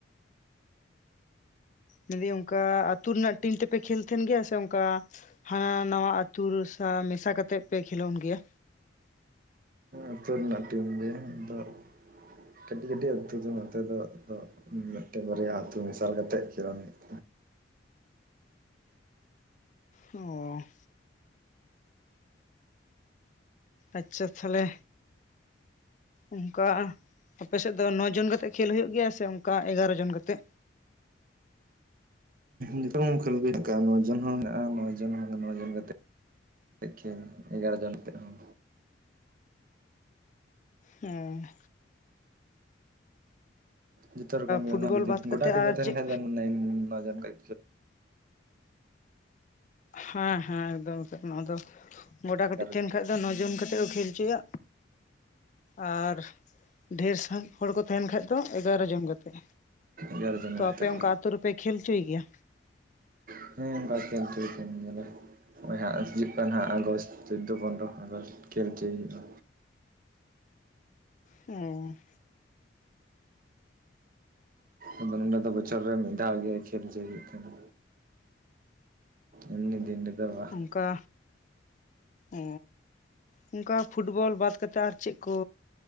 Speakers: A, on the left; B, on the right.
A: ᱢᱮᱱᱫᱤᱧ ᱚᱱᱠᱟ ᱟᱹᱛᱩ ᱨᱮᱱᱟᱜ ᱴᱤᱢ ᱛᱮᱯᱮ ᱠᱷᱮᱞ ᱛᱟᱦᱮᱱ ᱜᱮᱭᱟ ᱥᱮ ᱚᱱᱠᱟ, ᱦᱟᱱᱟ ᱱᱟᱣᱟ ᱟᱹᱛᱩ ᱨᱮ ᱥᱟ ᱢᱮᱥᱟ ᱠᱟᱛᱮᱜ ᱯᱮ ᱠᱷᱮᱞᱳᱰ ᱜᱮᱭᱟ᱾
B: ᱟᱹᱛᱩ ᱨᱮᱱᱟᱜ ᱴᱤᱢ ᱜᱮ ᱟᱫᱚ ᱠᱟᱹᱴᱤᱡ ᱠᱟᱹᱴᱤᱡ ᱟᱹᱛᱩ ᱫᱚ ᱱᱚᱛᱮ ᱫᱚ ᱟᱫᱚ᱾ ᱢᱤᱫᱴᱮᱱ ᱵᱟᱨᱭᱟ ᱟᱹᱛᱩ ᱢᱮᱥᱟᱞ ᱠᱟᱛᱮᱫ ᱠᱷᱮᱞᱚᱱ ᱦᱩᱭᱩᱜ
A: ᱚᱸ ᱟᱪᱪᱷᱟ ᱛᱟᱦᱚᱞᱮ ᱚᱱᱠᱟ ᱟᱯᱮᱥᱮᱫ ᱫᱚ ᱱᱚ ᱡᱚᱱ ᱠᱟᱛᱮᱜ ᱠᱷᱮᱞ ᱦᱩᱭᱩᱜ ᱜᱮᱭᱟ, ᱥᱮ ᱚᱱᱠᱟ ᱮᱜᱟᱨᱚ ᱡᱚᱱ ᱠᱟᱛᱮᱜ?
B: ᱡᱚᱛᱚ <unintelligible> ᱦᱚᱸ ᱢᱮᱱᱟᱜᱼᱟ ᱱᱚ ᱡᱚᱱ ᱱᱚ ᱡᱚᱱ ᱠᱟᱛᱮ ᱠᱷᱮᱞ ᱮᱜᱟᱨᱚ ᱡᱚᱱ ᱠᱟᱛᱮᱫ ᱦᱚᱸ
A: ᱦᱮᱸ
B: ᱡᱚᱛᱚ ᱨᱚᱠᱚᱢ ᱜᱮ
A: ᱯᱷᱩᱴᱵᱚᱞ
B: ᱚᱱᱟ ᱡᱩᱫᱤ
A: ᱵᱟᱫ
B: ᱜᱚᱪᱟ
A: ᱠᱟᱛᱮᱫ
B: ᱠᱟᱹᱴᱤᱡ
A: ᱟᱨ
B: ᱛᱟᱦᱮᱱ
A: ᱪᱮᱫ
B: ᱠᱷᱟᱱ ᱚᱱᱟ ᱡᱚᱠᱷᱮᱡ
A: ᱦᱮᱸ ᱦᱮᱸ ᱮᱠᱫᱚᱢ ᱮᱠᱚᱢ, ᱟᱫᱚ ᱜᱚᱰᱟ ᱠᱟᱹᱴᱤᱡ
B: ᱮᱜᱟᱨᱚ
A: ᱛᱟᱦᱮᱱ
B: ᱡᱚᱱ
A: ᱠᱷᱟᱡ
B: ᱠᱟᱛᱮᱫ
A: ᱫᱚ ᱱᱚ ᱡᱚᱱ ᱠᱟᱛᱮᱫ ᱠᱚ ᱠᱷᱮᱞ ᱦᱚᱪᱚᱭᱟ᱾ ᱟᱨ ᱰᱷᱮᱨ ᱥᱟᱦᱤᱡ ᱦᱚᱲ ᱠᱚ ᱛᱟᱦᱮᱱ ᱠᱷᱟᱡ ᱫᱚ ᱮᱜᱟᱨᱚ ᱡᱚᱢ ᱠᱟᱛᱮᱫ᱾
B: ᱮᱜᱟᱨᱚ ᱡᱚᱱ
A: ᱛᱚ
B: ᱠᱟᱛᱮᱫ
A: ᱟᱯᱮ ᱚᱱᱠᱟ ᱟᱛᱳ ᱨᱮᱯᱮ ᱠᱷᱮᱞ ᱦᱚᱪᱚᱭ ᱜᱮᱭᱟ᱾
B: ᱦᱮᱸ <unintelligible> ᱱᱚᱜᱼᱭ ᱦᱟᱸᱜ ᱦᱤᱡᱩᱜ ᱠᱟᱱ ᱦᱟᱸᱜ ᱟᱜᱚᱥᱴ ᱪᱚᱫᱫᱚ ᱯᱚᱱᱨᱚ ᱟᱜᱚᱥᱴ ᱠᱷᱮᱞ ᱦᱚᱪᱚᱭ ᱦᱩᱭᱩᱜᱼᱟ᱾
A: ᱦᱮᱸ
B: ᱟᱞᱮᱱᱱᱚᱰᱮ ᱫᱚ ᱵᱚᱪᱷᱚᱨ ᱨᱮ ᱢᱤᱫ ᱫᱷᱟᱣ ᱜᱮ ᱠᱷᱮᱞ ᱦᱚᱪᱚᱭ ᱦᱩᱭᱩᱜ ᱠᱟᱱᱟ᱾ ᱮᱢᱱᱤ ᱫᱤᱱ ᱨᱮᱫᱚ ᱵᱟᱝ᱾
A: ᱚᱝᱠᱟ ᱚ ᱚᱱᱠᱟ ᱯᱷᱩᱴᱵᱚᱞ ᱵᱟᱫ ᱠᱟᱛᱮᱫ ᱟᱨ ᱪᱮᱫ ᱠᱚ?